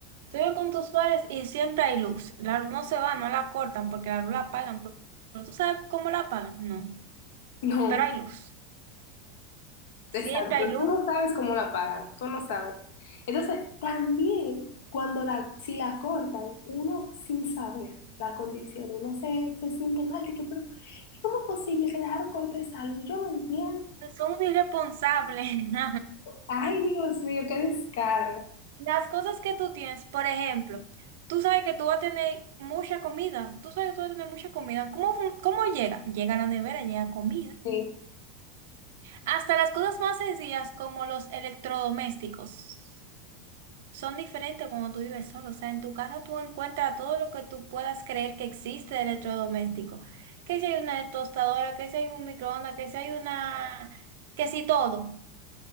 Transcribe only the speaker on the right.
tú vives con tus padres y siempre hay luz, la luz no se va, no la cortan porque la luz la apagan, pero pero tú sabes cómo la apagan, no.
pero hay luz. Siempre
hay luz.
Son unos irresponsables. <laughs>
Las cosas que tú tienes, por ejemplo, tú sabes que tú vas a tener mucha comida. Tú sabes que tú vas a tener mucha comida. ¿Cómo, fun- cómo llega? Llega a la nevera, llega comida.
Hasta las cosas más sencillas como los electrodomésticos son diferentes cuando tú vives solo. O sea, en tu casa tú encuentras todo lo que tú puedas creer que existe de electrodoméstico. Que si hay una tostadora, que si hay un microondas, que si hay una... que si todo.